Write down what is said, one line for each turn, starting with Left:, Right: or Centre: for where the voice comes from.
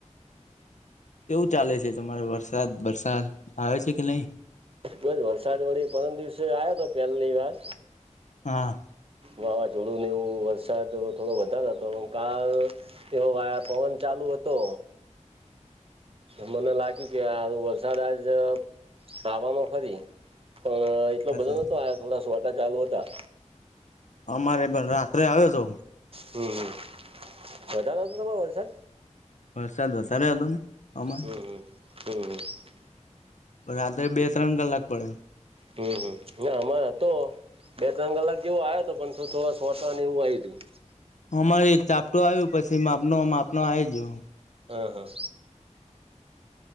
Left: કેવું ચાલે છે તમારે વરસાદ વરસાદ આવે છે કે નહીં.
Right: બો વરસાદ વડી પરમ દિવસે આવ્યો હતો પહેલી વાર
Left: હા.
Right: વાવાઝોડું ને એવું વરસાદ થોડો વધારો હતો પણ કાલ એવો પવન ચાલુ હતો. મને લાગ્યું કે આ વરસાદ આજ આવાનો ફરી પણ એટલો
Left: વરસાદ
Right: બધો નતો આયો થોડા સોટા ચાલુ હતા.
Left: અમારે પણ રાત્રે આવ્યો હતો.
Right: હમ હમ વધારે હતો તમારે વરસાદ
Left: વરસાદ વધારે હતો ને અમારે
Right: હમ હમ હમ હ.
Left: રાત્રે બે ત્રણ કલાક પડેલો
Right: હમ હમ ના અમારા હતો બે ત્રણ કલાક જેવો આવ્યો હતો પણ થો થોડા સોટા ને એવું આયુ તું
Left: અમારે એક ચાપટું આવ્યું પછી માપનો માપનો આવી ગયો.
Right: અ હા.